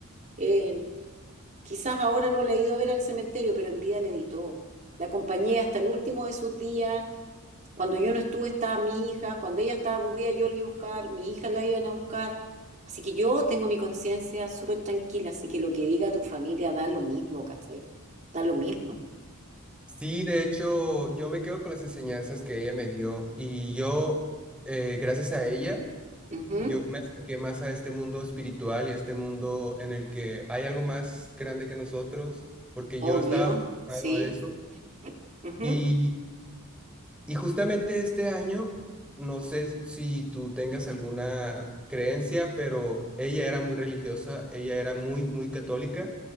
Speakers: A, on the right; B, in the centre.
A: Eh, quizás ahora no le he ido a ver al cementerio, pero en vida le di todo. La acompañé hasta el último de sus días cuando yo no estuve estaba mi hija, cuando ella estaba aburrida yo la iba a buscar, mis hijas la iban a buscar. Así que yo tengo mi conciencia súper tranquila, así que lo que diga tu familia da lo mismo, ¿cachai? Da lo mismo.
B: sí, de hecho, yo me quedo con las enseñanzas que ella me dio y yo, eh, gracias a ella,
A: Ujú,
B: Yo me acerqué más a este mundo espiritual y a este mundo en el que hay algo más grande que nosotros, porque
A: Obvio,
B: yo estaba muy enfocado
A: sí.
B: a eso.
A: Ujú,
B: Y, y justamente este año, no sé si tú tengas alguna creencia, pero ella era muy religiosa, ella era muy, muy católica